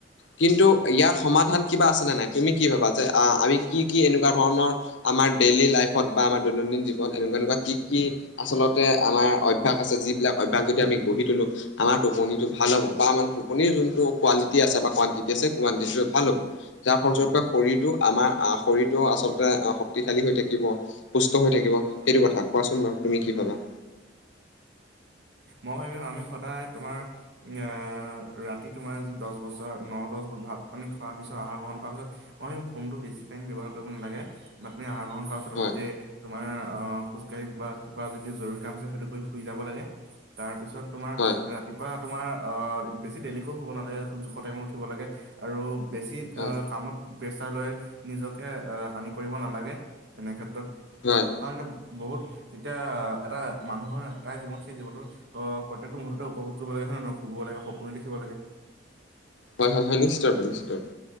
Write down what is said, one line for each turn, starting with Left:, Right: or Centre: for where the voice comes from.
Left: কিন্তু ইয়াৰ সমাধান কিবা আছে নে নাই তুমি কি ভাবা যে আমি কি কি এনেকুৱা ধৰণৰ আমাৰ ডেইলি লাইফত বা আমাৰ দৈনন্দিন জী বন এনেকুৱা এনেকুৱা কি কি আচলতে আমাৰ অভ্যাস আছে যিবিলাক অভ্যাস যদি আমি গঢ়ি তোলো আমাৰ টোপনিটো ভাল হ'ব বা আমাৰ টোপনিৰ যোনটো কোৱালিটি আছে বা কানটিটি আছে কানটিটিটো ভাল হ'ব যাৰ ফলস্বৰূপে
Right: হয়
Left: শৰীৰটো আমাৰ শৰীৰটো আচলতে শক্তিশালী হৈ থাকিব সুস্থ হৈ থাকিব সেইটো কথা কোৱাচোন বাৰু তুমি কি ভাবা
Right: মই আমি সদায় তোমাৰ আহ ৰাতি তোমাৰ যি দহ বছা ন দহ বচ ভাত পানী খোৱাৰ পিছত আহাৰ গ্ৰহণ কৰাৰ পিছত অ এই ফোনটো বেছি টাইম ব্যৱহাৰ কৰিব নালাগে বা তুমি আহাৰ গ্ৰহণ কৰাৰ পাছত
Left: হয়
Right: অলতে তোমাৰ আহ খোজকাঢ়ি বা কিবা যদি জৰুৰী কাম আছে সেইটো কৰি শুই যাব লাগে তাৰ পিছত তোমাৰ
Left: হয়
Right: ৰাতিপুৱা তোমাৰ অ বেছি ডেইলেকৈ শুব নালাগে জোখ টাইমত উঠিব লাগে আৰু বেছি
Left: হয়
Right: কামত প্ৰেছাৰ লৈ নিজকে আহ হানি কৰিব নালাগে এনে ক্ষেত্ৰত
Left: হয়
Right: কাৰণ বহুত এতিয়া এটা মানুহৰ এটাই জীৱন সেই জীৱনত অ প্ৰত্যেকটো মুহূৰ্ততে উপভোগ কৰিব লাগে হয় নহয় শুব লাগে সপোনো দেখিব লাগে
Left: হয় হয় হয় নিশ্চিত ৰূপে নিশ্চিত ৰূপে